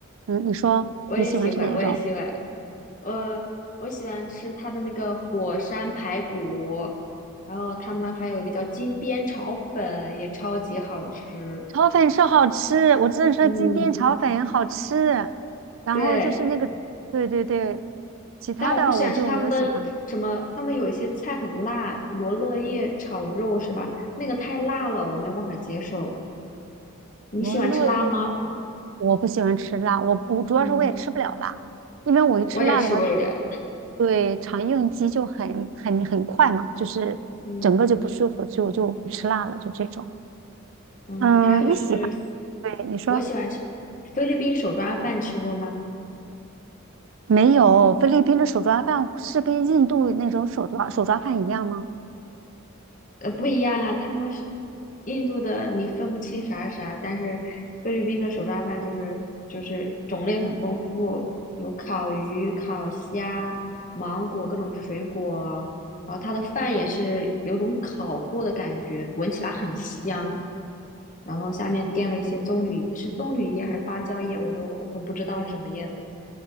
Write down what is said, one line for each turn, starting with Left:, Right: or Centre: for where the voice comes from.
Right: 嗯，你说你喜欢吃哪一种？
Left: 我也喜欢，我也喜欢，呃，我喜欢吃它的那个火山排骨，然后他们还有一个叫金边炒粉，也超级好吃。
Right: 炒粉是好吃，我只能说金边炒粉好吃。
Left: 嗯，
Right: 然后就是那个，
Left: 对，
Right: 对对对，其他的我就没有喜欢的。
Left: 但我不喜欢吃他们的什么，他们有一些菜很辣，罗勒叶炒肉是吧？那个太辣了，我没有办法接受。你喜欢吃辣吗？
Right: 我乐意，我不喜欢吃辣，我不主要是我也吃不了辣，
Left: 嗯。
Right: 因为我一吃辣的话就。
Left: 我也吃不了。
Right: 对，肠应激就很很很快嘛，就是整个就不舒服，
Left: 嗯
Right: 所以我就不吃辣了，就这种。
Left: 嗯，
Right: 嗯，
Left: 还有就是，
Right: 你喜欢？对，你说
Left: 我喜欢吃菲律宾手抓饭，吃过吗？
Right: 没有？菲律宾的手抓饭是跟印度那种手抓手抓饭一样吗？
Left: 呃，不一样啊，他们是印度的，你分不清啥是啥，但是菲律宾的手抓饭就是就是种类很丰富，有烤鱼、烤虾、芒果各种水果，然后它的饭也是有种烤过的感觉，闻起来很香。然后下面垫了一些棕榈，是棕榈叶还是芭蕉叶，我都我都不知道是什么叶子。